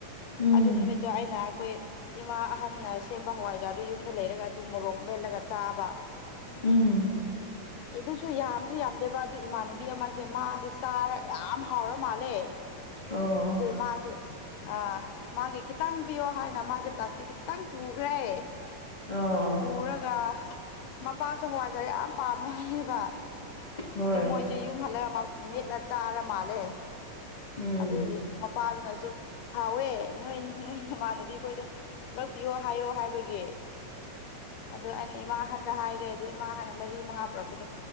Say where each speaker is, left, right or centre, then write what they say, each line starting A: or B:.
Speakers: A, on the left; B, on the left.
A: ꯎꯝ
B: ꯑꯗꯨ ꯅꯨꯃꯤꯠꯇꯣ ꯑꯩꯅ ꯑꯩꯈꯣꯏ ꯏꯃꯥ ꯑꯍꯟꯅ ꯁꯦꯝꯕ ꯍꯋꯥꯏꯖꯥ꯭ꯔꯗꯨ ꯌꯨꯝꯗ ꯂꯩꯔꯒ ꯑꯗꯨ ꯃꯣꯔꯣꯛ ꯃꯦꯠꯂꯒ ꯆꯥꯕ
A: ꯎꯝ
B: ꯑꯦ ꯑꯗꯨꯁꯨ ꯌꯥꯝꯁꯨ ꯌꯥꯝꯗꯦꯕ ꯑꯗꯨ ꯏꯃꯥꯟꯅꯕꯤ ꯑꯃꯁꯦ ꯃꯥꯁꯦ ꯆꯥꯔ ꯌꯥꯝ ꯌꯥꯝ ꯍꯥꯎꯔ ꯃꯥꯜꯂꯦ
A: ꯑꯣ
B: ꯑꯗꯨ ꯃꯥꯁꯦ ꯑꯥ ꯃꯥꯒꯤ ꯈꯤꯇꯪ ꯄꯤꯌꯣ ꯍꯥꯏꯅ ꯃꯥꯁꯦ ꯄ꯭ꯂꯥꯁꯇꯤꯛꯇ ꯈꯤꯇꯪ ꯄꯨꯈ꯭ꯔꯦ
A: ꯑꯣ
B: ꯄꯨꯔꯒ ꯃꯄꯥꯁꯨ ꯍꯋꯥꯏꯖꯥ꯭ꯔ ꯌꯥꯝ ꯄꯥꯝꯃꯦ ꯍꯥꯏꯌꯦꯕ
A: ꯍꯣꯏ
B: ꯑꯗꯨꯗ ꯃꯣꯏꯁꯦ ꯌꯨꯝ ꯍꯜꯂꯒ ꯃꯦꯠꯂ ꯆꯥꯔ ꯃꯥꯜꯂꯦ
A: ꯎꯝ
B: ꯑꯗꯨꯒꯤ ꯃꯄꯥꯗꯨꯅꯁꯨ ꯍꯥꯎꯋꯦ ꯅꯣꯏ ꯅꯣꯏ ꯅꯃꯥꯟꯅꯕꯤꯈꯣꯏꯗ ꯄꯨꯂꯛꯄꯤꯌꯣ ꯍꯥꯏꯌꯣ ꯍꯥꯏꯕꯒꯤ ꯑꯗꯨ ꯑꯩꯅ ꯏꯃꯥ ꯑꯍꯟꯗ ꯍꯥꯏꯔꯦ ꯑꯗꯨ ꯏꯃꯥ ꯑꯍꯟꯅ ꯃꯔꯤ ꯃꯉꯥ ꯄꯨꯔꯛꯄꯗꯣ